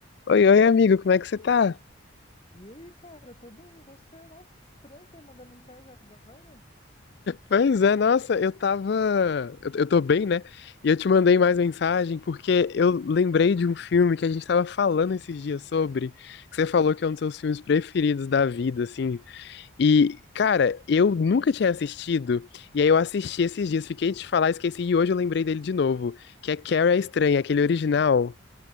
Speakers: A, on the left; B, on the left.
A: Oi, oi, amigo, como é que você tá?
B: E aí, cara, tô bem, e você? Nossa, que estranho você mandar mensagem agora.
A: Pois é, nossa, eu tava. Eu, eu tô bem, né? E eu te mandei mais mensagem porque eu lembrei de um filme que a gente tava falando esses dias sobre, que você falou que é um dos seus filmes preferidos da vida, assim. E, cara, eu nunca tinha assistido, e aí eu assisti esses dias, fiquei de te falar, esqueci, e hoje eu lembrei dele de novo, que é Carrie a Estranha, aquele original.